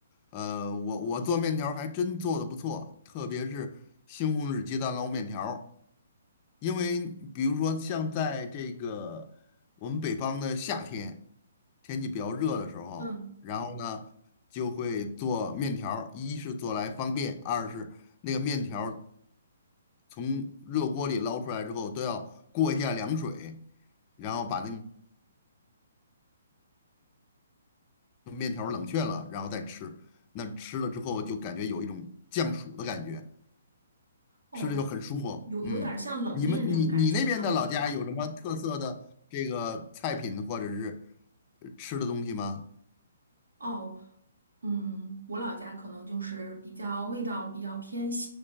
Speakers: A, on the left (about 35°); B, on the right (about 85°).
A: 呃，我我做面条儿还真做的不错，特别是西红柿鸡蛋捞面条儿。因为比如说像在这个我们北方的夏天，天气比较热的时候，
B: 嗯，
A: 然后呢就会做面条儿，一是做来方便，二是那个面条。从热锅里捞出来之后，都要过一下凉水，然后把那个面条冷却了，然后再吃。那吃了之后就感觉有一种降暑的感觉，
B: 哦，
A: 吃着就很舒服。
B: 有有点儿像冷面那种感觉呢。
A: 嗯，你们你你那边的老家有什么特色的这个菜品或者是呃吃的东西吗？
B: 哦，嗯，我老家可能就是比较味道比较偏辛